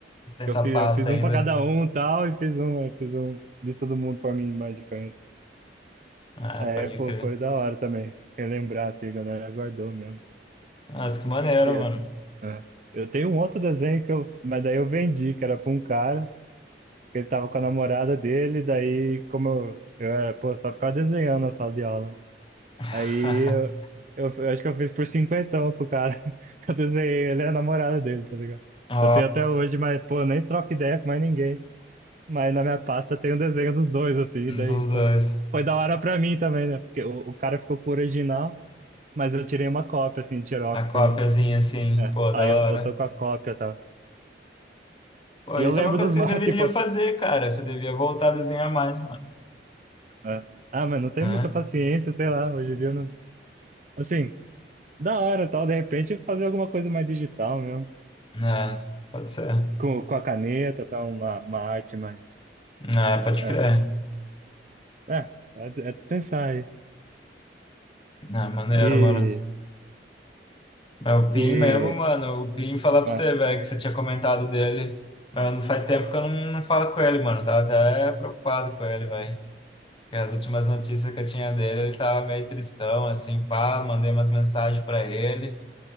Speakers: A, on the left; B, on the right.
A: Tem
B: eu
A: sua
B: fiz,
A: pasta
B: eu fiz um
A: ainda.
B: pra cada um e tal, e fiz um, eu fiz um de todo mundo pra mim mais diferente.
A: Ah,
B: É,
A: pode
B: pô,
A: crer.
B: foi da hora também. Relembrar, assim, a galera guardou mesmo.
A: Nossa, que maneiro,
B: E Eu,
A: mano.
B: é. Eu tenho um outro desenho que eu. Mas daí eu vendi, que era pra um cara, que ele tava com a namorada dele, daí, como eu, eu era, pô, só ficava desenhando na sala de aula.
A: <laughs>
B: Aí eu, eu, eu acho que eu fiz por cinquentão pro cara. <laughs> Eu desenhei, ele é a namorada dele, tá ligado?
A: Ó,
B: Eu tenho até hoje, mas, pô, nem troco ideia com mais ninguém. Mas na minha pasta tem um desenho dos dois, assim,
A: um
B: daí,
A: dos dois.
B: pô. Foi da hora pra mim também, né? Porque o, o cara ficou com o original. Mas eu tirei uma cópia, assim, xerox
A: A cópiazinha,
B: pra mim.
A: assim.
B: É.
A: Pô, da
B: Aí eu,
A: hora.
B: eu tô com a cópia, tá?
A: Pô,
B: E
A: isso
B: eu lembro
A: é uma coisa
B: dos
A: que
B: mapas,
A: você deveria
B: <laughs> tipo,
A: fazer, cara. Você devia voltar a desenhar mais, mano.
B: é. Ah, mas não tenho
A: Né?
B: muita paciência, sei lá, hoje em dia eu não. Assim, da hora, tal, de repente fazer alguma coisa mais digital mesmo.
A: Né? Pode ser.
B: Com, com a caneta, tal, uma, uma arte mais.
A: Né? Pode
B: É,
A: crer.
B: é, é, de- é de pensar aí.
A: Né? Maneiro,
B: E.
A: mano. É o Pin
B: E.
A: mesmo, mano. O Pin falar pra
B: ah,
A: você, velho, que você tinha comentado dele. Mas não faz tempo que eu não, não falo com ele, mano. Tava até preocupado com ele, velho. E As últimas notícias que eu tinha dele, ele tava meio tristão, assim, pá, mandei umas mensagens para ele,